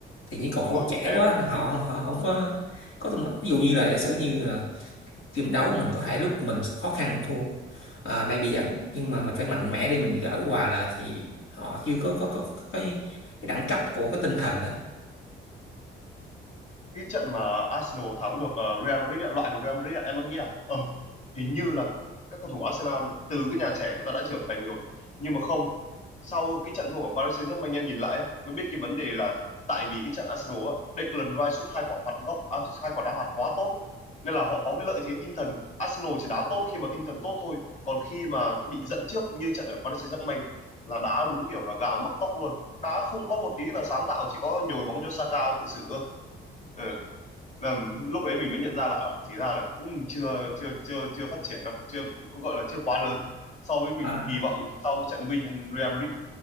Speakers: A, on the left (about 80°); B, on the left (about 35°).
A: thì những cầu
B: đúng
A: thủ
B: rồi
A: trẻ
B: em
A: quá họ
B: cũng thấy
A: họ họ không có có tầm- ví dụ như là giả sử như là team đấu mình có thể lúc mình khó khăn mình thua à, đang bị dẫn nhưng mà mình phải mạnh mẽ để mình gỡ hòa lại thì họ chưa có có có, có cái, cái đẳng cấp của cái tinh thần đó
B: cái trận mà Arsenal thắng được ờ, Real Madrid ạ, loại được Real Madrid ạ, em đang nghĩ là ờ hình như là các cầu thủ Arsenal từ cái nhà trẻ người ta đã trưởng thành rồi nhưng mà không sau cái trận thua của Paris Saint-Germain em nhìn lại ấy, mới biết cái vấn đề là tại vì cái trận Arsenal á, Declan Rice sút hai quả phạt góc à, hai quả đá phạt quá tốt nên là họ có cái lợi thế tinh thần Arsenal chỉ đá tốt khi mà tinh thần tốt thôi còn khi mà bị dẫn trước như trận ở Paris Saint-Germain là đá đúng kiểu là gà mắc tóc luôn đá không có một tí là sáng tạo chỉ có nhồi bóng cho Saka tự xử thôi ừ là lúc đấy mình mới nhận ra là ờ, thì ra là cũng chưa chưa chưa chưa phát triển đâu chưa cũng gọi là chưa quá lớn so với mình
A: à,
B: kỳ vọng sau trận win Real Madrid